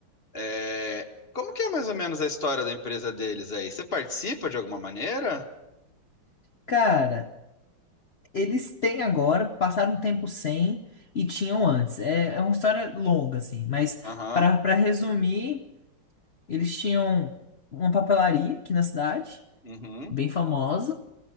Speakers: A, on the left; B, on the left.
A: é, como que é mais ou menos a história da empresa deles aí? Você participa de alguma maneira?
B: Cara, eles têm agora, passaram um tempo sem e tinham antes. É, é uma história longa, assim, mas
A: Aham.
B: para para resumir, eles tinham uma papelaria aqui na cidade,
A: Uhum.
B: bem famosa,